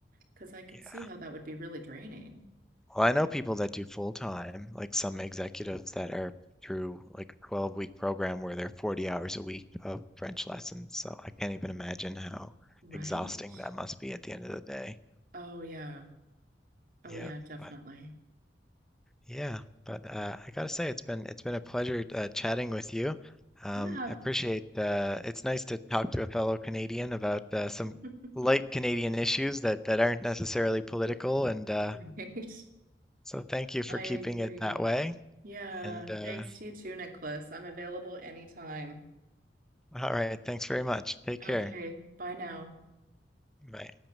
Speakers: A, on the right; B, in the centre.
A: because I could
B: yeah.
A: see how that would be really draining.
B: Well, I know people that do full time, like some executives that are through like a 12 week program where they're 40 hours a week of French lessons. So I can't even imagine how
A: Right.
B: exhausting that must be at the end of the day.
A: Oh yeah. Oh
B: Yeah,
A: yeah, definitely.
B: but yeah, but uh, I gotta say it's been it's been a pleasure uh, chatting with you. Um,
A: Yeah.
B: I appreciate uh, it's nice to talk to a fellow Canadian about uh, some
A: <laughs>
B: light Canadian issues that that aren't necessarily political, and uh,
A: Right.
B: so thank you for
A: I
B: keeping
A: agree.
B: it that way.
A: Yeah.
B: And uh,
A: Thanks to you too, Nicholas. I'm available anytime.
B: All right. Thanks very much. Take care.
A: Okay. Bye now.
B: Bye.